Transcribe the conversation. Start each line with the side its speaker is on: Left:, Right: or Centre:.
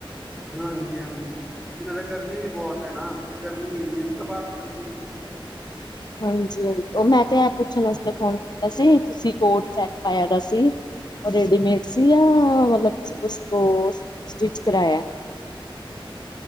Centre: ਹਾਂਜੀ-ਹਾਂਜੀ। ਨਾਲੇ ਗਰਮੀ ਵੀ ਬੋਤ ਐ ਨਾ, ਗਰਮੀ ਏ ਮੇਨ ਤਾਂ ਬਾਤ ਗਰਮੀ ਦੀ ਏ।
Left: ਹਾਂਜੀ-ਹਾਂਜੀ, ਓ ਮੈਂ ਤੇ ਐ ਪੁੱਛਨ ਅਸਤੇ ਫੋਨ ਕੀਤਾ ਸੀ ਤੁਸੀਂ ਕੋਟ ਸੈਟ ਪਾਇਆ ਦਾ ਸੀ ਓ ਰੇਡੀਮੇਡ ਸੀ ਯਾ ਮਤਲਬ ਤੁਸੀਂ ਕਿਸੀ ਕੋ ਸਟਿਚ ਕਰਾਇਆ?